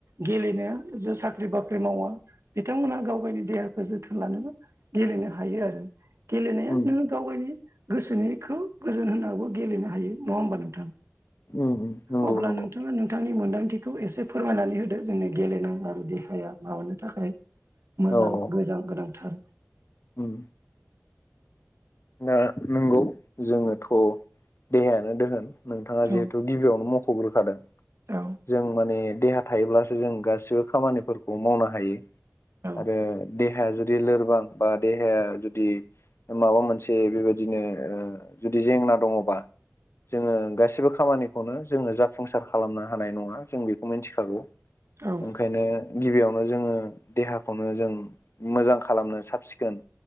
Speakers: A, on the right; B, on the left.
A: गेलेनो जे साख्रि बाख्रि मावा बिथांमोना गाव गावनि देहाखौ जोथोन लानोबो गेलेनो हायो आरो गेलेनो
B: उम
A: नोंङो गावगायनि गोसोनिखौ गोजोन होनांगौ गेलेनो हायो नंङा होमबा नोंथां?
B: उम उम। नंगौ
A: अब्ला
B: नंगौ
A: नोंथांङा नोंथांनि मोनदांथिखौ एसे फोरमायनानै होदो। जोंनि गेलेनां आरो देहाया माबानो थाखाय मोजां
B: औ औ
A: गोजान गोनांथार।
B: उम दा नंगौ जोंङोथ' देहायानो दोहोन नोंथांङा
A: औ
B: जिहेथु गिबियावनो मख'ग्रोखादों।
A: औ
B: जों माने देहा थायोब्लासो जों गासिबो खामानिफोरखौ मावनो हायो।
A: औ
B: आरो देहाया जुदि लोरबां बा देहाया जुदि माबा मोनसे ए बेबायदिनो जुदि जेंना दंङबा जोंङो गासिबो खामानिखौनो जोंङो जाफुंसार खालामनो हानाय नंङा जों बेखौ मिथिखागौ।
A: औ
B: ओंखायनो गिबियावनो जोंङो देहाखौनो जों मोजां खालामनो साबसिखोन